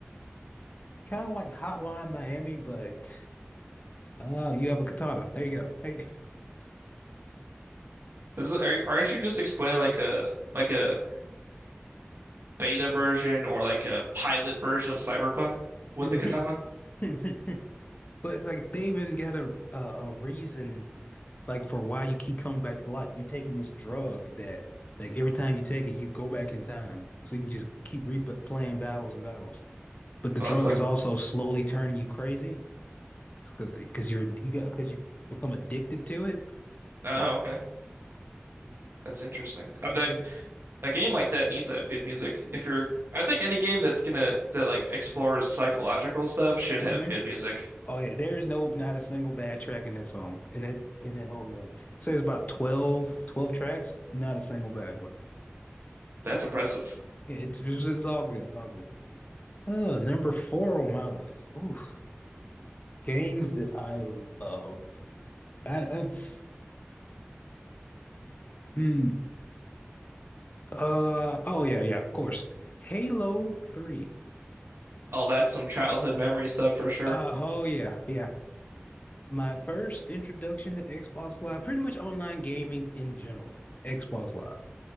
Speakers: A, on the left; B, on the right.
A: kind of like Hotline Miami, but uh you have a katana. There you go. There
B: This is, are, aren't you just explaining like a like a beta version or like a pilot version of Cyberpunk with
A: you
B: the katana?
A: go. <laughs> But like they even got a, uh, a a reason like for why you keep coming back to life. You're taking this drug that like every time you take it, you go back in time. So you can just keep replaying battles and battles. But the
B: Oh,
A: drug
B: that's like,
A: is also slowly turning you crazy because because you're you got because you become addicted to it.
B: oh,
A: So
B: okay, that's interesting. I'm
A: it,
B: that A game like that needs to have good music. If you're, I think any game that's gonna that like explores psychological stuff should
A: hmm
B: have good music.
A: Oh yeah, there is no not a single bad track in that song in that in that whole game. Say it's about twelve 12 tracks, not a single bad one.
B: That's impressive.
A: Yeah, it's it's, it's all good, it's all good. Uh, number four on my list. Oof. Games that I love. That, that's hmm. Uh oh yeah yeah of course. Halo 3.
B: Oh, that's some childhood memory stuff for sure.
A: Uh, oh yeah, yeah. My first introduction to Xbox Live, pretty much online gaming in general, Xbox Live,